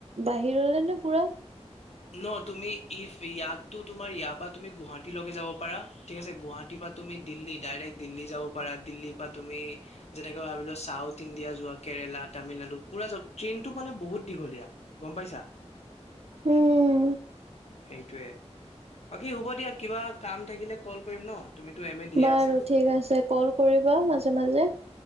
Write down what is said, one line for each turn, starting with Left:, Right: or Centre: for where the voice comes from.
Right: বাহিৰলে নে পুৰা?
Left: ন তুমি ইফ ইয়াতো তোমাৰ ইয়াৰ পৰা তুমি গুৱাহাটী লগকে যাব পাৰা ঠিক আছে গুৱাহাটীৰ পৰা তুমি দিল্লী ডাইৰেক্ট দিল্লী যাব পাৰা দিল্লীৰ পৰা তুমি যেনেকে ভাবিলো চাউথ ইণ্ডিয়া যোৱা কেৰেলা তামিলনাডু পুৰা যাব ট্ৰেইনতটো মানে বহুত দীঘলীয়া গম পাইছা?
Right: উম
Left: সেইটোৱে বাকী হব দিয়া, কিবা কাম থাকিলে কল কৰিম ন? তুমিতো এম এ দিয়ে
Right: বাৰু
Left: আছা
Right: ঠিক আছে কল কৰিবা মাজে মাজে।